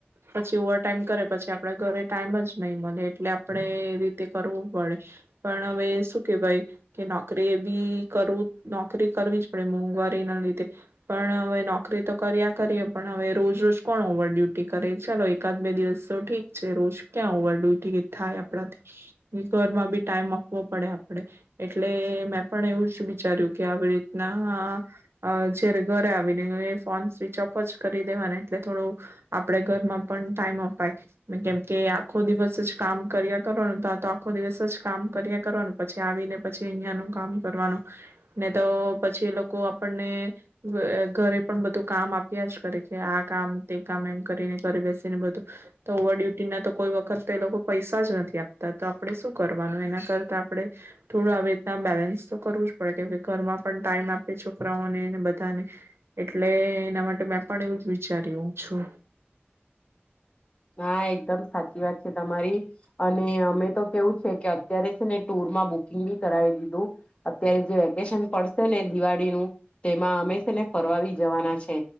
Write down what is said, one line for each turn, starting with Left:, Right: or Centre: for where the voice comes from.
Right: પછી ઓવર ટાઈમ કરે પછી આપણે ઘરે ટાઈમ જ નહી મળે, એટલે આપણે એ રીતે કરવું પડે, પણ હવે શું કેહેવાય કે નોકરી એ બી કરવું નોકરી કરવી જ પડે મોંઘવારી ના લીધે, પણ હવે નો ોકરી તો કર્યા કરીએ પણ હવે રોજ રોજ કોણ ઓવર ડ્યુટી કરે ચાલો એકાદ બે દિવસ તો ઠીક છે રોજ ક્યાં ઓવર ડ્યુટી થાય આપણાથી, ઘરમાં બી ટાઈમ આપવો પડે આપણે, એટલે મેં પણ એવું જ વિચાર્યું કે આવી રીતના જારે ઘરે આવીને ફોન સ્વિચ ઓફ જ કરી દેવાના એટલે થોડું, આપે ઘરમાં પણ ટાઈમ અપાય, કેમ કે આખો દિવસ જ કામ કર્યા કરવાનું ત તો આખો દિવસ જ કામ કર્યા કરવાનું પછી આવીને પછી અહિયાયાનું કામ કરવાનું, ને તો પછી એ લોકો આપણને ઘરે પણ બધું કામ આપ્યા જ કરે કે આ કામ તે કામ એમ કરીને ઘરે બેસીને બધું, તો ઓવર ડ્યુટીના તો કોઈ વખત તો એ લોકો પૈસા જ નથી આપતા તો આપણે શું કરવાનું એના કરતા આપણે, થોડું આવી રીતના બેલેન્સ તો કરવું જ પડે કે ઘરમાં પણ ટાઈમ આપે છોકરાઓને બધાને એટલે એના માટે મેં પણ એવું જ વિચાર્યું છું.
Left: હા એકદમ સાચી વાત છે તમારી, અને અમે તો કેવું છે કે આ અત્યારે છે ને ટુર માં બુકિંગ બ કરાવી દીધું, અત્યારે જે વેકેશન પડશે ને દિવાળીનું, તેમાં હમે છે ને ફરવાવી જવાના છે,